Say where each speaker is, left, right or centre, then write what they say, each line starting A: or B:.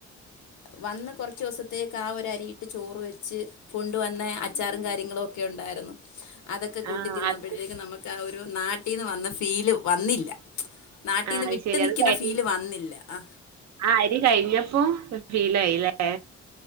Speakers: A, on the left; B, on the right.
A: വന്ന് കുറ ച്ചോസത്തേക്ക് ആ ഒരു അരിയിട്ട് ചോറ് വെച്ച് കൊണ്ട് വന്നെ അച്ചാറും കാര്യങ്ങളും ഒക്കെ ഉണ്ടായിരുന്നു. അതൊക്കെ കൂട്ടി
B: ആഹ്
A: തിന്നപ്പോഴത്തേക്കും
B: അത്
A: നമുക്ക് ആ ഒരു നാട്ടീന്ന് വന്ന ഫീല് വന്നില്ല. നാട്ടിന്ന്
B: ആഹ് അത്
A: വിട്ട്
B: ശരി.
A: നിക്ക്ന്ന
B: അത് കഴിഞ്ഞ്
A: ഫീല് വന്നില്ല. ആ
B: ആ അരി കഴിഞ്ഞപ്പോ <unintelligible> ല്ലേ?